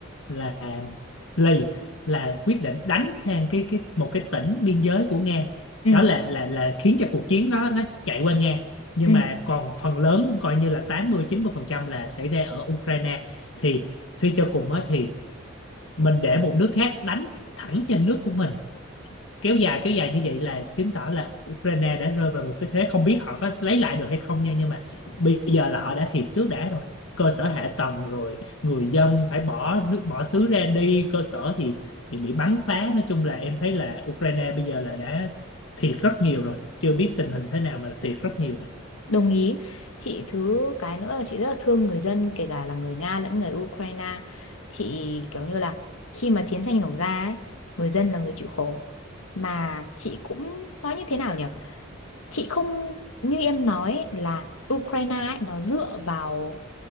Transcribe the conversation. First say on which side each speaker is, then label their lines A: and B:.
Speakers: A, on the left; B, on the left.
A: là lì là quyết định đánh sang cái cái một cái tỉnh biên giới của Nga
B: ừ,
A: đó là là là khiến cho cuộc chiến nó nó chạy qua Nga nhưng
B: ừ.
A: mà còn phần lớn coi như là tám mươi chín mươi phần trăm là xảy ra ở Ukraine thì suy cho cùng á thì mình để một nước khác đánh thẳng trên nước của mình kéo dài kéo dài như vậy là chứng tỏ là Ukraine đã rơi vào một cái thế không biết họ có lấy lại được hay không nha nhưng mà bây giờ là họ đã thiệt trước đã rồi cơ sở hạ tầng rồi người dân phải bỏ nước bỏ xứ ra đi cơ sở thì thì bị bắn phá nói chung là em thấy là Ukraine bây giờ là đã thiệt rất nhiều rồi chưa biết tình hình thế nào mà thiệt rất nhiều rồi
B: Đồng ý. Chị thứ cái nữa là chị rất là thương người dân kể cả là người Nga lẫn người Ukraine. Chị kiểu như là khi mà chiến tranh nổ ra ấy, người dân là người chịu khổ. Mà chị cũng nói như thế nào nhỉ? Chị không như em nói ấy, là Ukraine ấy, nó dựa vào